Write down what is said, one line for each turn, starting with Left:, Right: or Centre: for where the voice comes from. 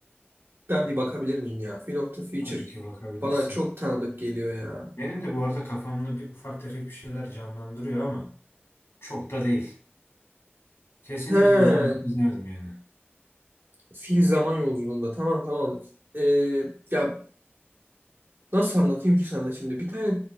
Right: Ben bir bakabilir miyim ya? Phil of the Future
Left: Tabii ki bakabilirsin.
Right: bana çok tanıdık geliyor ya.
Left: Benim de bu arada kafamda bir ufak tefek bir şeyler canlandırıyor ama çok da değil. Kesinlikle
Right: He,
Left: uzun uzun izlerdim yani.
Right: fil zaman yolculuğunda. Tamam tamam. Ee, ya nasıl anlatayım ki sana şimdi? Bir tane